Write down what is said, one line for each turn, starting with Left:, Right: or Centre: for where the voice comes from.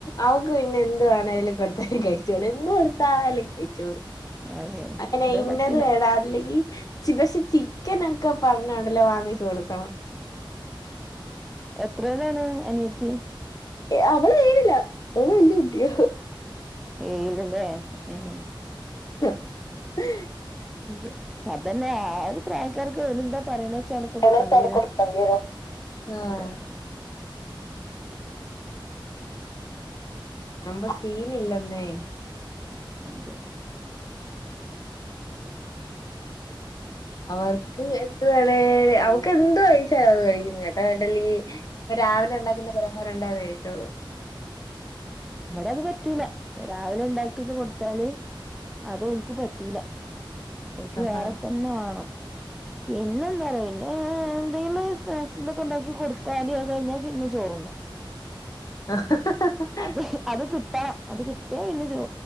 Left: അവക്ക് പിന്നെ എന്ത് വേണേലു കൊടുത്താലു കഴിച്ചോളു എന്തു കൊടുത്താല് കഴിച്ചോളു
Centre: അതെ
Left: അങ്ങനെ
Centre: ഇത്
Left: ഇന്നത്
Centre: പറ്റില്ല
Left: വേണ അല്ലെങ്കിൽ ചിബഷി ചിക്കനൊക്കെ പറഞ്ഞോണ്ടല്ലോ വാങ്ങിച്ചു കൊടുക്കണം
Centre: എത്രേലാണ് അനിയത്തി
Left: ഏ അവള് ഏഴില അവള് വല്യ കുട്ടിയ.
Centre: ഏഴില് ല്ലേ ഹം ഹം
Left: <unintelligible>
Centre: അതെ അതെന്നാ ആ ഒരു പ്രായക്കാർക്ക് ഓര് എന്താ പറയണെ വെ ച്ചാണ്ട് കൊടുക്കേണ്ടിയരും
Left: ഏകദേശം കൊടുക്കേണ്ടി വരും ആഹ്
Centre: അതെ
Left: അമ്മ സീനില്ലമ്മേ
Centre: അതെ
Left: അവർക്ക് എന്ത് വേണേ അവക്ക് എന്ത് കഴിച്ചാ അവള് കഴിക്കുംകേട്ടാ ഇഡലി, രാവിലെ ഉണ്ടാക്കുന്ന പലഹാരുണ്ടായതു കഴിച്ചോളു
Centre: ഇവടെ അത് പറ്റൂല രാവിലെ ഉണ്ടാക്കിയത് കൊടുത്താല് അത് ഒൽക്ക് പറ്റൂല ഒൽക്ക്
Left: ആഹാ
Centre: വേറെ തന്നെ വേണം
Left: <inaudible>
Centre: പിന്നെ എന്താറിയൊ പിന്നെ എന്തെങ്കിലും സ്‌നേക്കസുംതൊക്കെ ഉണ്ടാക്കി കൊടുത്താല് അത് കഴിഞ്ഞാ പിന്നെ ചോറുണ്ണു
Left: <unintelligible>
Centre: അത് അത് കിട്ടണം അത് കിട്ടിയാ പിന്നെ ചോ